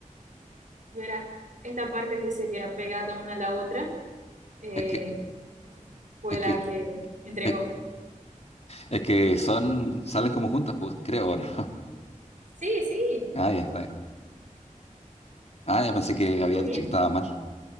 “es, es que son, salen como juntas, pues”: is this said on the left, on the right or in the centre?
Left